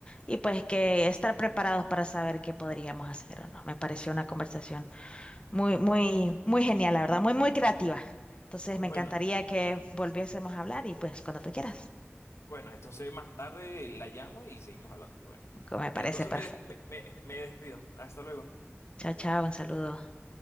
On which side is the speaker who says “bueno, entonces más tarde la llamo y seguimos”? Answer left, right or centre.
Left